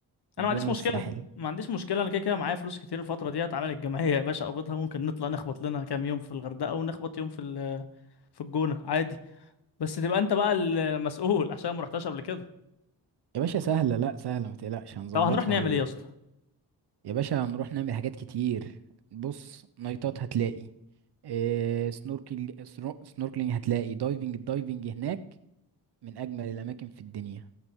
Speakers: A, on the right (about 70°); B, on the left (about 70°).
A: الجونة
B: انا ما عنديش
A: والساحل
B: مشكله ما عنديش مشكله انا كده كده معايا فلوس كتير الفتره دي هتعمل الجمعيه يا باشا اقبضها ممكن نطلع نخبط لنا كام يوم في الغردقه ونخبط يوم في ال- في الجونه عادي بس تبقى انت بقى المسؤول عشان ما رحتش قبل كده
A: يا باشا سهلة لا سهلة ما تقلقش هنظبطها
B: طب هنروح نعمل
A: و...
B: ايه يا اسطى
A: يا باشا هنروح نعمل حاجات كتير بص نايتات هتلاقي إيه سنوركل سنو- سنوركلينج هتلاقي دايفنج الدايفنج هناك من أجمل الأماكن في الدنيا